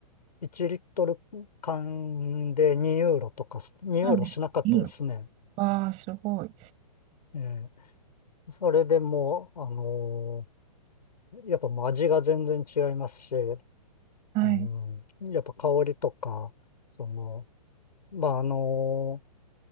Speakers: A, on the left; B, on the right.
A: 1リットル缶で2ユーロとか、2ユーロしなかったですね。
B: なんですか、ユーロ。わあ、すごい。
A: ええそれでもう、あのーやっぱもう味が全然違いますし、
B: はい。
A: うん、やっぱ香りとか、その、まあ、あの